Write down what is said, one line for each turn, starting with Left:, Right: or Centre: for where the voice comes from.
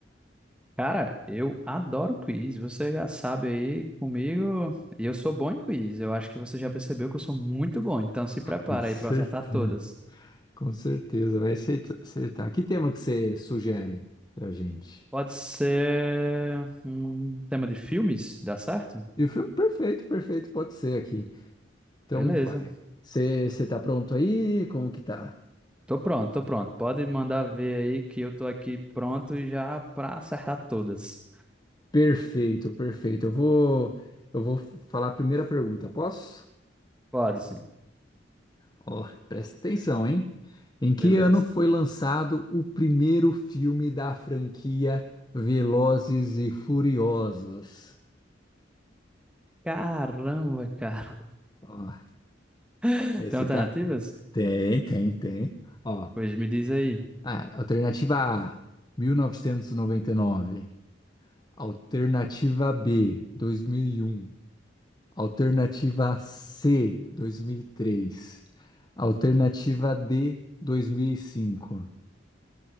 Centre: Cara, eu adoro quiz, você já sabe aí comigo, e eu sou bom em quiz, eu acho que você já percebeu que eu sou muito bom, então se prepara
Left: Com certeza.
Centre: aí pra eu acertar todas.
Left: Com certeza, vai acerta- acertar. Que tema que você sugere pra gente?
Centre: Pode ser um tema de filmes, dá certo?
Left: E o filme. perfeito, perfeito, pode ser aqui. Então
Centre: Beleza,
Left: vai. Você você tá pronto aí? Como que tá?
Centre: tô pronto, tô pronto, pode mandar ver aí que eu tô aqui pronto e já pra acertar todas.
Left: Perfeito, perfeito. Eu vou, eu vou falar a primeira pergunta, posso?
Centre: Pode sim,
Left: Ó, presta atenção, hein? Em que
Centre: beleza.
Left: ano foi lançado o primeiro filme da franquia Velozes e Furiosos?
Centre: Caramba, cara,
Left: Ó,
Centre: <laughs>
Left: esse
Centre: tem alternativas?
Left: tá. Tem, tem, tem. Ó,
Centre: Pois me diz aí.
Left: ah, alternativa A, mil novecentos e e noventa e nove. Alternativa B, 2001. Alternativa C, 2003. Alternativa D, 2005.